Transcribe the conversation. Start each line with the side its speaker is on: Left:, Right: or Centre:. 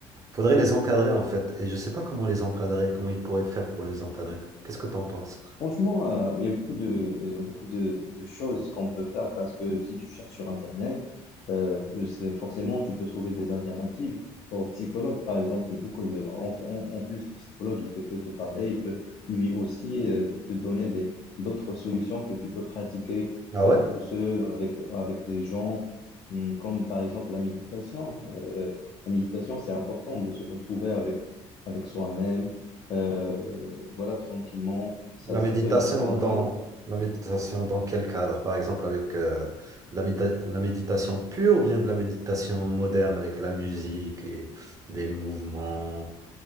Right: Faudrait les encadrer en fait. Et je sais pas comment les encadrer, comment ils pourraient faire pour les encadrer. Qu'est-ce que tu en penses?
Left: Franchement, euh, il y a beaucoup de, il y a beaucoup de, de choses qu'on peut faire parce que si tu cherches sur Internet, euh, je forcément, tu peux trouver des alternatives au psychologue, par exemple. il y a Beaucoup de, en, fait- en- en plus, le psychologue, il fait que te parler. Il peut lui aussi euh, de- te donner des, d'autres solutions que tu peux pratiquer
Right: Ah
Left: euh,
Right: ouais?
Left: tout seul ou avec, avec des gens, Hum, comme par exemple la méditation. Euh, la méditation, c'est important de se retrouver avec, avec soi-même, euh, voilà, tranquillement ça,
Right: La
Left: ça
Right: méditation
Left: peut, ça peut vraiment.
Right: dans la méditation dans quel cadre? Par exemple avec euh, de la, médita- la méditation pure ou bien de la méditation moderne avec de la musique et des mouvements